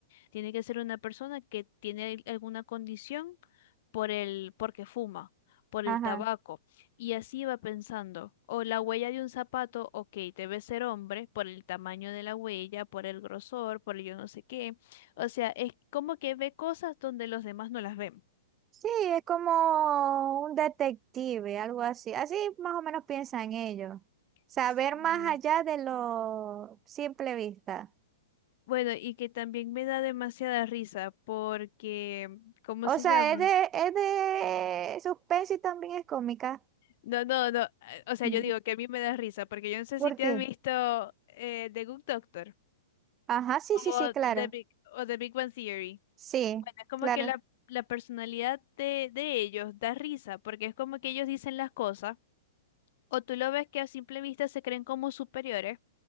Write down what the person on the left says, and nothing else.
tiene que ser una persona que tiene al- alguna condición por el, porque fuma, por
el tabaco. Y así va pensando. O la huella de un zapato, ok, debe ser hombre, por el tamaño de la huella, por el grosor, por el yo no sé qué. O sea, es como que ve cosas donde los demás no las ven.
Sí.
Bueno, y que también me da demasiada risa porque, ¿cómo
se
llama?
No, no, no, eh, o sea,
yo digo que a mí me da risa porque yo no sé
si te
has visto eh, The Good Doctor
o
The Big, o The Big Bang Theory.
Bueno, es como
que la, la personalidad de, de ellos da risa porque es como que ellos dicen las cosas o tú lo ves que a simple vista se creen como superiores,